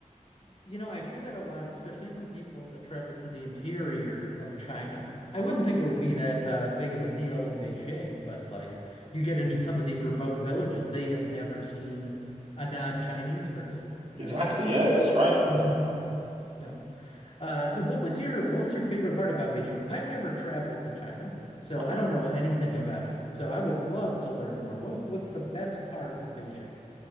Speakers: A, on the left; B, on the right.
A: you know, I hear that a lot, especially from people that travel to the interior of China. I wouldn't think it would be that uh, big of a deal in Beijing, but like you get into some of these remote villages, they have never seen a non-Chinese person, you
B: Exactly.
A: know?
B: Yeah, that's right.
A: <laughs> Yeah. Uh, what was your what was your favorite part about Beijing? I've never traveled to China, so
B: Uh-huh.
A: I don't know anything about it. So I would love to learn more. What what's the best part of Beijing?